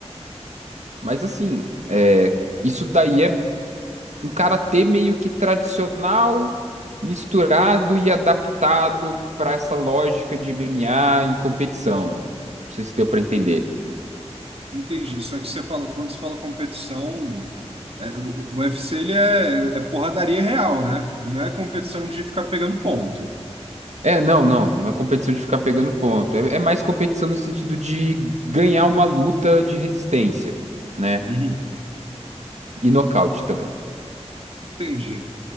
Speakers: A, on the right; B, on the right.
A: Mas assim, é, isso daí é um karatê meio que tradicional, misturado e adaptado pra essa lógica de MMA e competição. Não sei se deu pra entender.
B: entendi. Só que você fala, quando você fala competição, é, o, o UFC ele é, é porradaria real, né? Não é competição de ficar pegando ponto.
A: É, não, não, não é competição de ficar pegando ponto. É, é mais competição no sentido de ganhar uma luta de resistência, né?
B: Uhum.
A: E nocaute também.
B: Entendi.